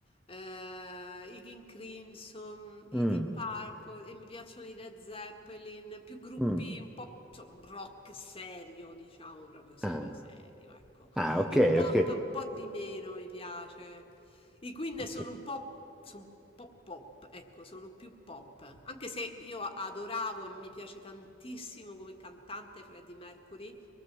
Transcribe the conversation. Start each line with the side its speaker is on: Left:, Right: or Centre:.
Left: eh, i King Crimson, i
Centre: Mm,
Left: Deep Purple, e mi piacciono i Led Zeppelin, più gruppi
Centre: mm,
Left: un po' insomma, rock serio, diciamo, proprio serio
Centre: ah,
Left: serio, ecco.
Centre: ah, ok,
Left: Il pop
Centre: ok,
Left: un po' di meno mi piace. I Queen
Centre: ok,
Left: sono un po', sono un po' pop, ecco, sono più pop. Anche se io adoravo e mi piace tantissimo come cantante Freddie Mercury,